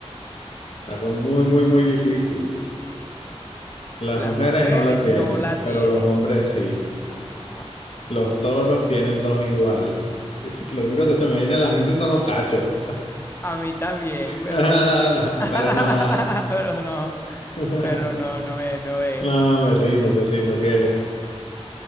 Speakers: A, on the left; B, on the left.
A: Está con- muy, muy, muy difícil. Las
B: Las
A: mujeres
B: mujeres
A: no la tienen,
B: no la
A: pero
B: tienen.
A: los hombres sí.
B: Ajá.
A: Los toros tienen dos igual. <laughs> Lo único que se me viene a la mente son los cachos.
B: A mí también, pero
A: <laughs>
B: <laughs>
A: Pero no.
B: Pero no,
A: no.
B: pero
A: <laughs>
B: no, no es, no es.
A: No, me rindo, me rindo, que...
B: Nada,